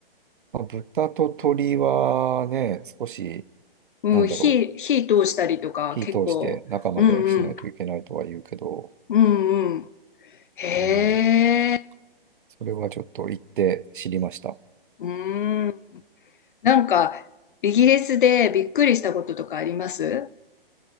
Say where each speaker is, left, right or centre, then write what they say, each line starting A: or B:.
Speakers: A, on the right; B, on the left.
A: まあ、豚と鶏はね、少し、
B: うん、
A: なんだろう、
B: 火、火通したりとか、
A: 火通して中までしないといけないとは言うけど、
B: 結構、うんうん、うんうん。へ
A: うん、
B: え、
A: それはちょっと行って知りました。
B: うん。なんか、イギリスでびっくりしたこととかあります